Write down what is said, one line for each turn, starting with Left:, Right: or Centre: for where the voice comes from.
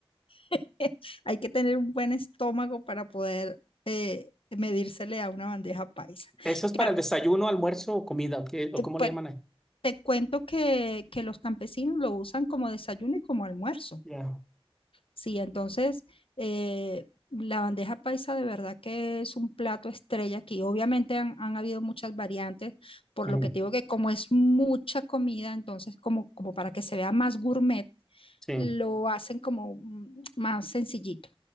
Left: <laughs> Hay que tener un buen estómago para poder medírsele a una bandeja paisa.
Centre: ¿Eso es
Left: Claro,
Centre: para el desayuno, almuerzo o comida? ¿O qué- o
Left: eh,
Centre: cómo
Left: pues
Centre: le llaman ahí?
Left: te cuento que, que los campesinos lo usan como desayuno y como almuerzo.
Centre: Ya.
Left: Sí, entonces eh, la bandeja paisa de verdad que es un plato estrella aquí. Obviamente han, han habido muchas variantes, por
Centre: Ujú.
Left: lo que te digo que como es mucha comida, entonces como, como para que se vea más gourmet,
Centre: Sí,
Left: lo hacen como mm, más sencillito.